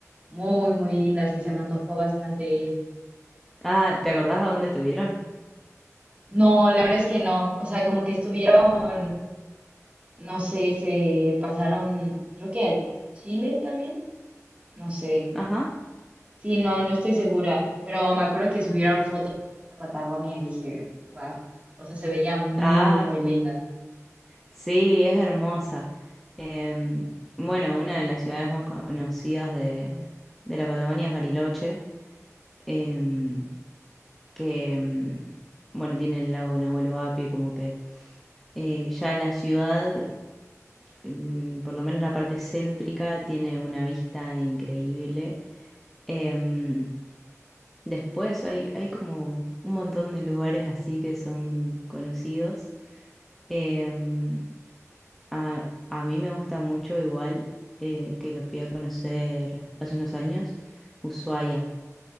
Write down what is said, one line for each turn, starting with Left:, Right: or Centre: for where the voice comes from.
Right: muy, muy lindas y se me antojó bastante ir.
Centre: Ah, ¿te acordás a dónde estuvieron?
Right: No, la verdad es que no, o sea, como que estuvieron No sé, se pasaron, creo que a Chile también, no sé.
Centre: Ajá.
Right: Sí, no, no estoy segura, pero me acuerdo que subieron fotos a Patagonia y dije, wow, o sea, se veía muy,
Centre: Ah,
Right: muy linda.
Centre: sí, es hermosa. Em, bueno, una de las ciudades más conocidas de, de la Patagonia es Bariloche, em, que, em, bueno, tiene el lago Nahuel Huapi, como que eh, ya la ciudad mm, por lo menos la parte céntrica tiene una vista increíble. Em, después hay, hay como un montón de lugares así que son conocidos. Em, a, a mí me gusta mucho igual eh, que lo fui a conocer hace unos años, Ushuaia,